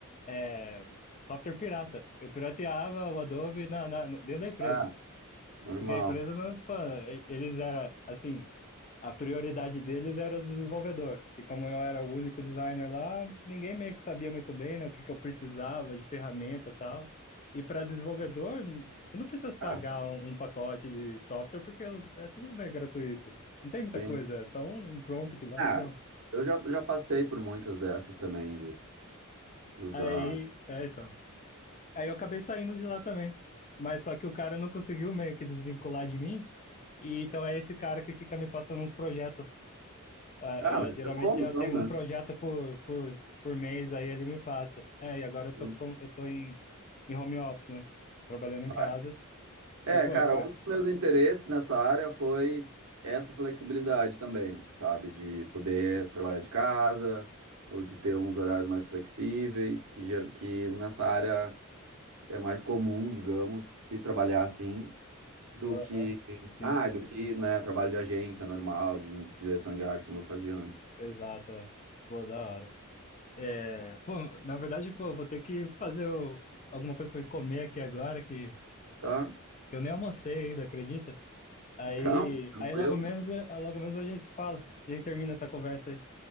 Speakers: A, on the left (about 35°); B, on the right (about 75°).
A: é, software pirata. Eu pirateava o Adobe na, na, dentro da empresa.
B: Ah, normal.
A: Porque a empresa, não- pô, e- eles era assim, a prioridade deles era o desenvolvedor. E como eu era o único designer lá, ninguém meio que sabia muito bem, né, o que que eu precisava de ferramenta e tal. E para desenvolvedor, n- eu não preciso pagar
B: Ah,
A: um, um pacote de software porque os- é tudo bem gratuito. Não tem muita
B: sim.
A: coisa, é só um, um prompt lá
B: Ah,
A: e pronto.
B: eu já, já passei por muitas dessas também, Usar.
A: Aí, é, então. Aí eu acabei saindo de lá também. Mas só que o cara não conseguiu meio que desvincular de mim. E então é esse cara que fica me passando uns projetos ah, é,
B: Ah, mas isso
A: geralmente
B: é bom
A: eu
B: então,
A: tenho
B: né?
A: um projeto por, por, por mês, aí ele me passa. É, e agora eu tô,
B: Sim.
A: com, eu tô em, em home office, né? Trabalhando em
B: Ah,
A: casa.
B: É,
A: E pô,
B: cara,
A: e, pô.
B: um dos meus interesses nessa área foi essa flexibilidade também, sabe? De poder trabalhar de casa ou de ter uns horários mais flexíveis, que, ger- que nessa área é mais comum, digamos, se trabalhar assim, do
A: aham,
B: que,
A: sim,
B: ah, do que, né, trabalho de agência normal, de direção de arte, como eu fazia antes.
A: exato. é. Pô, da hora. É, pô, na verdade, pô, vou ter que fazer o- alguma coisa pra eu comer aqui agora, que,
B: Tá?
A: que eu nem almocei ainda, acredita? Aí,
B: Então, tranquilo.
A: aí logo menos, é, logo menos a gente fala. A gente termina essa conversa aí.